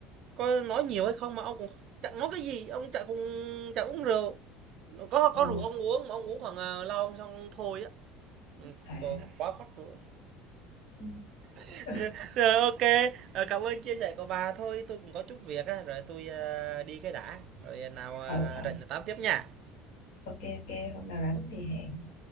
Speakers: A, on the right (about 45°); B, on the left (about 60°).
A: có nói nhiều hay không mà ông cũng chẳng nói cái gì, ông chả cùng chả uống rượu. Có có
B: Ồ.
A: rượu ông uống mà ông uống khoảng, à, lon xong thôi á, ừm,
B: à
A: còn quá khắt rượu.
B: ừ.
A: <laughs>
B: <laughs> ừ
A: Rồi, ok ờ, cảm ơn chia sẻ của bà. Thôi tôi cũng có chút việc á, rồi tôi a, đi cái đã, rồi ờ, nào, à,
B: ừ
A: rảnh là tám tiếp nha.
B: ok ok hôm nào rảnh
A: ok
B: thì hẹn